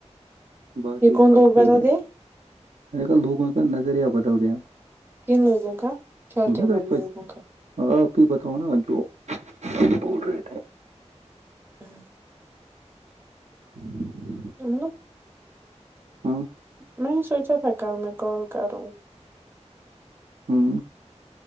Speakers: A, on the right; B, on the right.
A: باقی
B: یہ کون
A: سب
B: لوگ
A: ٹھیک
B: بتاتے
A: ہے میں نے کہا لوگوں کا نظریہ بدل گیا
B: کن لوگوں کا شالٹنگ
A: میں تو
B: والے لوگوں کا
A: آپ ہی بتاؤں نا جو بول رہے تھے
B: ہوں
A: <inaudible>
B: ہ <inaudible>
A: ہ
B: میں سوچا تھا کل میں کال کروں
A: ہاں